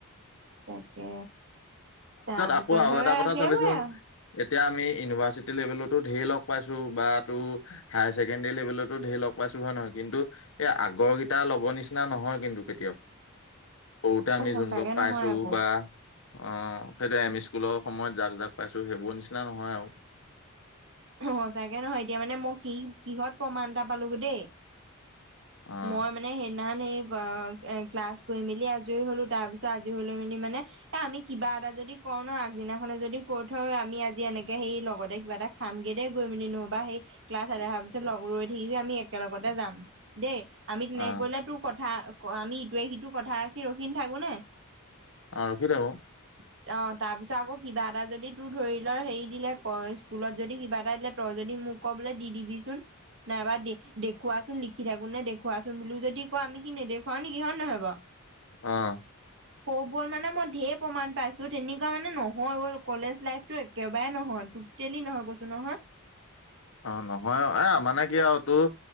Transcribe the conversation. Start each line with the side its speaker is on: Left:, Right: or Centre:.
Right: তাকে তাৰপিছত
Left: আকৌ আৰু
Right: হৈ
Left: এটা কথা
Right: সেইবোৰে
Left: চাবিচোন
Right: আৰু
Left: এতিয়া আমি ইউনিভাৰ্চিটি লেভেলতো ধঢেৰ লগ পাইছো বা তোৰ হায়াৰ ছেকেণ্ডাৰী লেভেলতো ধেৰ লগ পাইছো হয় নে নহয় কিন্তু এই আগৰকেইটা লগৰ নিচিনা নহয় কিন্তু কেতিয়াও।
Right: <inaudible>
Left: সৰুতে আমি
Right: অ সঁচাকে
Left: যোনবোৰাক পাইছো
Right: নহয় আকৌ
Left: বা অ সেইটো এম ই স্কুলৰ সময়ত জাক জাক পাইছো সেইবোৰ নিচিনা নহয় আৰু।
Right: সচাকে নহয় এতিয়া মানে মই কি কিহত প্ৰমাণ এটা পালো দেই
Left: অ
Right: মই মানে সেইদিনা সেই এ ক্লাছ কৰি মেলি আজৰি হ'লো তাৰ পিছত আজৰি হৈ লৈ মেলি মানে এ আমি কিবা এটা যদি কৰ ন আগদিনাখনে যদি ক থ আমি আজি এনেকে সেই লগতে কিবা এটা খামগে দেই গৈ মেলি নহবা সেই ক্লাছ আদায় হোৱাৰ পিছত লগ ৰৈ থাকিবি আমি একেলগতে যাম, দেই আমি তেনে
Left: অ
Right: কৰিলে তোৰ কথা আমি ইটোৱে সিটো কথা ৰাখি ৰাখি নাথাকো নে
Left: অ ৰখি থাকোঁ।
Right: <inaudible> অ তাৰপিছত আকৌ কিবা এটা যদি তোৰ ধৰি লো হেৰি দিলে ক স্কুলত যদি কিবা এটা দিলে তই যদি মোক ক বোলে দি দিবিচোন, নাইবা দে-দেখুৱাচোন সি থাকো নে, দেখুওৱাচোন বুলি যদি কয় আমি কি নেদেখুৱাও নেকি হয় নহয় বাউ?
Left: অ
Right: <inaudible> ক'বত মানে মই ধেৰ প্ৰমাণ পাইছো তেনেকুৱা মানে নহয় ও কলেজ লাইফতো একেবাৰে নহয়। তেলি নহয় কৈছো নহয়
Left: অ নহয় এ মানে কি আৰু তোৰ